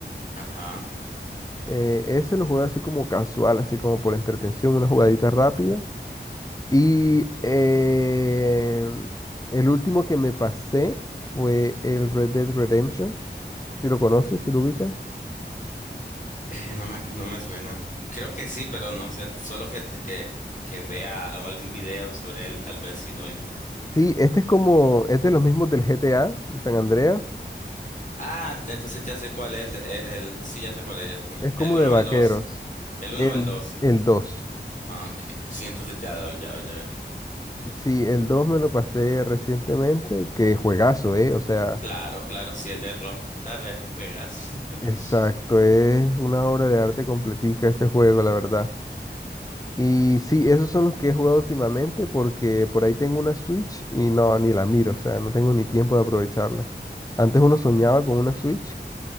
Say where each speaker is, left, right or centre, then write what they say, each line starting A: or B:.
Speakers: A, on the left; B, on the left.
A: ajá.
B: Eh, ese lo juega así como casual, así como por entretención, una jugadita rápida. Y eh, el último que me pasé fue el Red Dead Redemption, si lo conoces, si lo ubicas.
A: Eh, no me, no me suena. Creo que sí, pero no sé. Solo que, que, que vea algún video sobre él, tal vez sí doy.
B: Sí, este es como, es de los mismos del GTA, de San Andreas.
A: Ah, entonces ya sé cuál es. El, sí, ya sé cuál es, ya sé cuál
B: Es
A: es.
B: como
A: ¿El uno
B: de vaqueros.
A: o el dos? El uno
B: El,
A: o el dos.
B: el dos
A: Ah, Ok, sí, entonces ya doy, ya doy, ya doy.
B: Sí, el 2 me lo pasé recientemente, que juegazo, ¿eh? O sea...
A: Claro, claro, si es de Rockstar, eh, juegas. <laughs>
B: Exacto, es una obra de arte completica ese juego, la verdad. Y sí, esos son los que he jugado últimamente porque por ahí tengo una Switch y no, ni la miro, o sea, no tengo ni tiempo de aprovecharla. Antes uno soñaba con una Switch